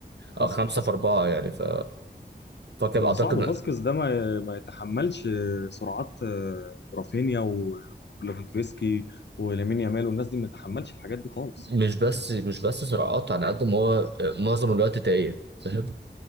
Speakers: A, on the left; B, on the right.
A: حصل
B: او خمسه
A: حصل
B: في اربعه يعني ف فكر
A: ما
B: اعتقد
A: هو صعب فاسكيز ده ما ما يتحملش سرعات آه، رافينيا و- وليفاندوفسكي ولامين يامال والناس دي ما يتحملش الحاجات دي خالص
B: مش بس مش بس صراعات على قد ما هو معظم الوقت دقايق فاهم